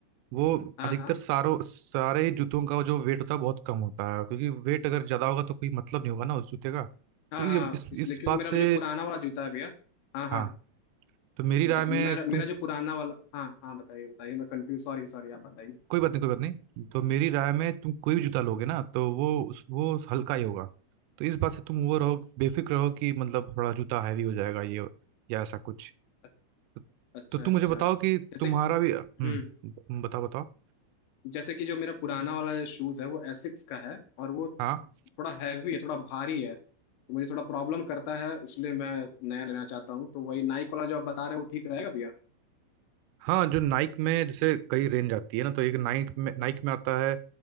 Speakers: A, on the right; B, on the left.
A: वो
B: हाँ
A: अधिकतर
B: हाँ
A: सारों सारे ही जूतों का जो वेट होता है बहुत कम होता है क्योंकि वेट अगर ज्यादा होगा तो कोई मतलब नहीं होगा ना उस जूते का
B: हाँ
A: तो ये
B: हाँ
A: इस
B: इसलिए
A: इस
B: क्योंकि
A: बात
B: मेरा
A: से
B: जो पुराना वाला जूता है भैया हाँ हाँ
A: हाँ तो मेरी
B: बताइए
A: राय में
B: मेरा मेरा
A: तुम
B: जो पुराना वाला हाँ हाँ बताइए बताइए मैं कंफ्यूज सॉरी सॉरी आप बताइए
A: कोई बात नहीं कोई बात नहीं तो मेरी राय में तुम कोई भी जूता लोगे ना तो वो उस- वो हल्का ही होगा तो इस बात से तुम वो रहो बेफिक्र रहो कि मतलब थोड़ा जूता हैवी हो जाएगा ये या ऐसा कुछ
B: अ-
A: तो
B: अच्छा
A: तो तुम
B: अच्छा
A: मुझे बताओ
B: जैसे
A: कि तुम्हारा भी हम्म
B: हम्म
A: बताओ बताओ
B: जैसे कि जो मेरा पुराना वाला शूज है वो एसिक्स का है और वो
A: हाँ
B: थोड़ा हैवी है थोड़ा भारी है तो मुझे थोड़ा प्रॉब्लम करता है इसलिए मैं नया लेना चाहता हूँ तो वही नाइक वाला जो आप बता रहे हो वो ठीक रहेगा भैया
A: हाँ जो नाइक में जैसे कई रेंज आती है ना तो एक नाइक में नाइक में आता है